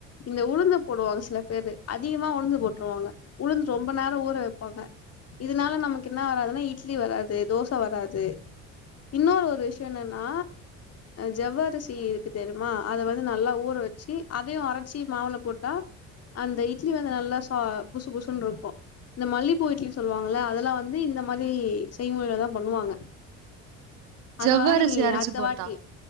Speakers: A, on the left (about 50°); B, on the right (about 75°).
A: இந்த உளுந்த போடுவாங்க சில பேரு அதிகமா உளுந்து போட்டுருவாங்க உளுந்து ரொம்ப நேரோ ஊற வைப்பாங்க இதனால நமக்கு என்ன வராதுன்னா இப் இட்லி வராது தோச வராது இன்னோர் ஒரு விஷயோ என்னன்னா ஜவ்வருசி இருக்கு தெரியுமா அத வந்து நல்லா ஊற வெச்சு அதையு அரச்சி மாவுள போட்டா அந்த இட்லி வந்து நல்லா சா புசு புசுன்னு இருக்கோ இந்த மல்லிப்பூ இட்லின்னு சொல்லுவாங்கள அதெல்லா வந்து இந்த மாரி செய்முறைதா பண்ணுவாங்க அந்த
B: ஜவ்வரிசி
A: மாரி
B: அரச்சு
A: அடுத்த
B: போட்டா
A: வாட்டி